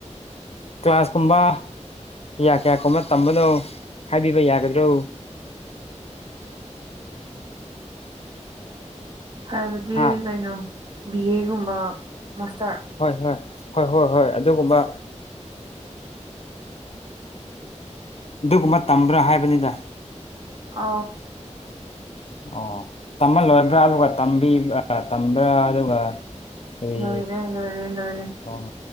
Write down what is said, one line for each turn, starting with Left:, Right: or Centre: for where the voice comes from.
Left: ꯀ꯭ꯂꯥꯁꯀꯨꯝꯕ ꯀꯌꯥ ꯀꯌꯥ ꯀꯔꯅ ꯇꯝꯕꯅꯣ ꯍꯥꯏꯕꯤꯕ ꯌꯥꯒꯗ꯭ꯔꯣ
Right: ꯍꯥꯏꯕꯗꯤ
Left: ꯍꯥ
Right: ꯀꯩꯅꯣ ꯕꯤ ꯑꯦꯒꯨꯝꯕ ꯃꯥꯁꯇꯔ
Left: ꯍꯣꯏ ꯍꯣꯏ ꯍꯣꯏ ꯍꯣꯏ ꯍꯣꯏ ꯑꯗꯨꯒꯨꯝꯕ ꯑꯗꯨꯒꯨꯝꯕ ꯇꯝꯕ꯭ꯔꯥ ꯍꯥꯏꯕꯅꯤꯗ
Right: ꯑ
Left: ꯑꯣ ꯇꯝꯍꯜꯂꯣꯏꯕ꯭ꯔꯥ ꯑꯗꯨꯒꯕꯤꯕ꯭ꯔꯥ ꯇꯝꯕ꯭ꯔꯥ ꯑꯗꯨꯒ ꯀꯔꯤ
Right: ꯂꯣꯏꯔꯦ ꯂꯣꯏꯔꯦ ꯂꯣꯏꯔꯦ
Left: ꯑꯣ